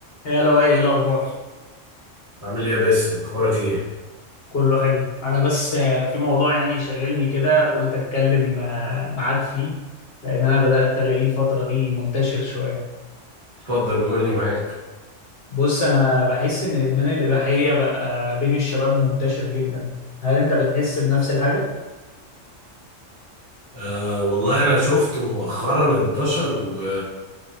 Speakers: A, on the left; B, on the right.
A: يا لؤي ايه الاخبار
B: عامل ايه يا باسم اخبارك ايه
A: كله حلو انا بس آه، في موضوع يعني شاغلني كده قلت اتكلم آه، معاك فيه لان انا بدات الاقيه الفتره دي منتشر شويه
B: اتفضل قول لي معاك
A: بص انا بحس ان ادمان الاباحيه بقى بين الشباب منتشر جدا هل انت بتحس بنفس الحاجه
B: آه والله انا شفته مؤخرا انتشر و...